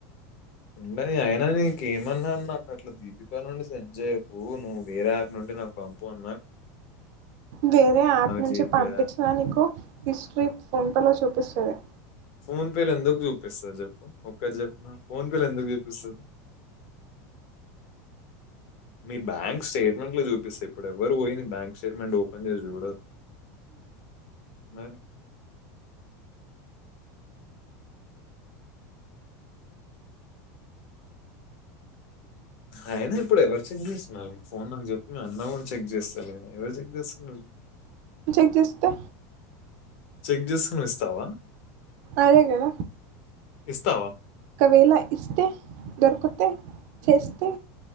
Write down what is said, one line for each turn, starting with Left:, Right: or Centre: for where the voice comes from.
Left: ఉండని అయిన నీకేమన్నాను నాకు అట్ల దీపిక నుండి సెండ్ చేయ్యకూ నువ్వు వేరే యాప్ నుండి నాకు పంపు అన్
Right: వేరే యాప్ నుంచి
Left: జీపేయా
Right: పంపించినా నీకు హిస్ట్రీ ఫోన్పేలో చూపిస్తది
Left: ఫోన్ పేలు ఎందుకు చూపిస్తుంది చెప్పు ఒక్కటి చెప్పు నాక్ ఫోన్ పే లో ఎందుకు చూపిస్తది మీ బ్యాంక్ స్టేట్మెంట్ లో చూపిస్త ఇప్పుడు ఎవ్వరూ పోయి నీ బ్యాంక్ స్టేట్మెంట్ ఓ పెన్ చేసి చూడరు మరి అయినా ఇప్పుడు ఎవరు చెక్ చేస్తున్నారు ఫోన్ నాకు చెప్పు అన్నా కూడా చెక్ చేస్తాలే ఎవరు చెక్ చేస్తున్నారు
Right: నే చెక్ చేస్తా
Left: చెక్ చేస్కోని ఇస్తావా
Right: అదే కద
Left: ఇస్తావా
Right: ఒకవేళ ఇస్తే దొరుకుతే చేస్తే